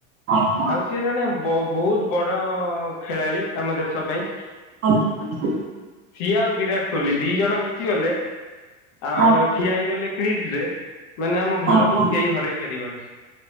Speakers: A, on the right (about 40°); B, on the left (about 60°).
A: ଆଜ୍ଞା।
B: ଆଉ ସିଏ ଜଣେ ବୋ ବହୁତ ବଡ ଖେଳାଳି ଆମ ଦେଶ ପାଇଁ।
A: ଆଜ୍ଞାା।
B: ସିଏ ଆଉ ବିରାଟ କୋହଲି ଦି ଜଣ ମିଶିଗଲେ ଆଉ
A: ଆଜ୍ଞା।
B: ଠିଆ ହେଇଗଲେ। ିଜ ରେ ମାନେ ଆମ ଭାରତକୁ
A: ଆଜ୍ଞା
B: କେହି ହରାଇ ପାରିବନି।